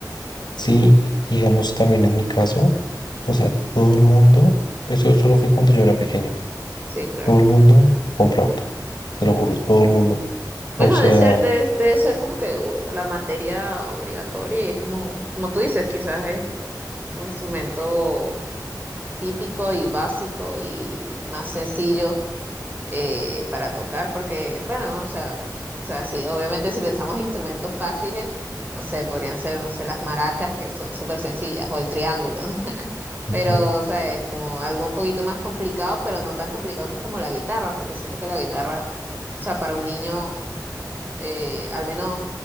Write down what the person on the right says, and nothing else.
Sí, claro.
Bueno,
debe ser, debe, debe ser como que u- la materia obligatoria y es como, como tú dices, quizás es un instrumento típico y básico y más sencillo eh, para tocar, porque, bueno, o sea, o sea, sí, obviamente si pensamos en instrumentos fáciles, no sé, podrían ser, no sé, las maracas que son súper sencillas o el triángulo, <laughs>
pero, o sea, es como algo un poquito más complicado, pero no tan complicado como la guitarra, porque siento que la guitarra... O sea, para un niño eh, al menos